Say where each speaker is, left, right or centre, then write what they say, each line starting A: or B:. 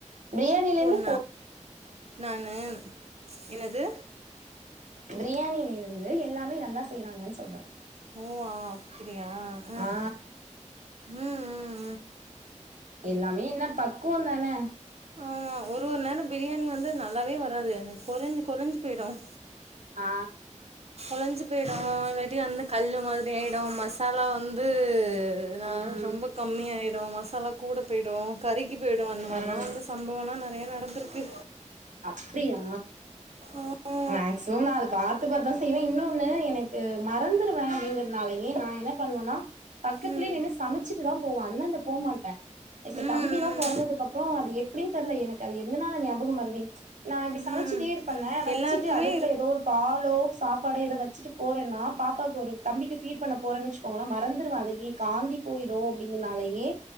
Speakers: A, on the right; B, on the right.
A: பிரியானிலந்து
B: ந நானு எனது
A: பிரியாணியில இருந்து எல்லாமே நல்லா செய்யறாங்கன்னு சொல்ற
B: ஓ அப்டியா ம்
A: ஆ
B: உம் உம்
A: எல்லாமே என்ன பக்குவம் தானே
B: ஆமா ஒரு ஒரு நேரம் பிரியாணி வந்து நல்லாவே வராது எனக்கு கொறைஞ்சி கொளஞ்சி போயிடும்
A: ஆ
B: குலைஞ்சி போயிடும் இல்லாட்டி வந்து கல் மாதிரி ஆகிடு மசாலா வந்து நா
A: ம்
B: ரொம்ப கம்மி ஆயிடும் மசாலா கூட போயிடும் கறிக்கு போயிடு அந்த மாரிலா
A: ம்
B: வந்து சம்பவோலா நறைய நடந்திருக்கு
A: அப்டியா
B: ஆமா.
A: வேக்ஸ் <unintelligible> பாத்து பாத்துதான் செய்வ இன்னொன்னு எனக்கு மறந்துருவ அப்படிங்கிறதுதுனாலயே நான் என்ன பண்ணுவேன்னா பக்கத்துலயே
B: ம்
A: நின்னு சமைச்சிட்டுதான் போவ அந்தாட போ மாட்ட இப்ப
B: ம்
A: தம்பிலாம் பொறந்ததுக்கு அப்ரோ அது எப்படின்னு தெரல எனக்கு அது எதனால ஞாபகமரதி நா இப்டி சமைச்சுட்டே
B: ம் ம்
A: இருபண்ணே வச்சிட்டு
B: எல்லாருக்குமே
A: அடுப்புல
B: இரு
A: ஏதோ ஒரு பாலோ சாப்பாடோ எதோ வச்சுட்டு போறேன்னா பாப்பாக்கு ஒரு தம்பிக்கு ஃபீ்ட் பண்ண போறேன்வச்சுக்கோங்கள மறந்துருதகி காந்தி போயிரும் அப்படிங்கனாலயே